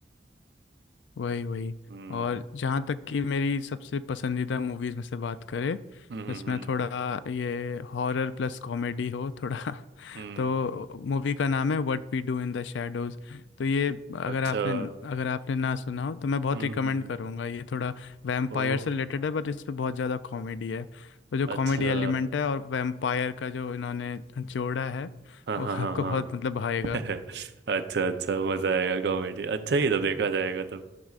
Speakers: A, on the left (about 85°); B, on the right (about 70°).
A: वही वही
B: हम्म
A: और जहाँ तक कि मेरी सबसे पसंदीदा मूवीज़ में से बात करें
B: हम्म हम्म
A: जिसमें
B: हम्म,
A: थोड़ा ये हॉरर प्लस कॉमेडी हो थोड़ा <laughs>
B: हम्म,
A: तो मूवी का नाम है what we do in the shadows तो ये अगर
B: अच्छा
A: आपने
B: हम्म
A: अगर आपने ना सुना हो तो मैं बहुत
B: हम्म,
A: रिकमेंड
B: हम्म, हम्म।
A: करूंगा ये थोड़ा वैम्पायर
B: ओह
A: से रिलेटेड है बट इस पे बहुत ज़्यादा कॉमेडी है तो जो
B: अच्छा
A: कॉमेडी एलिमेंट है और वैम्पायर का जो इन्होंने जोड़ा है
B: हाँ
A: वो
B: हाँ हाँ
A: आपको
B: हाँ
A: बहुत मतलब भाएगा
B: <laughs> अच्छा अच्छा मजा आएगा कॉमेडी अच्छा ही तो देखा जाएगा तो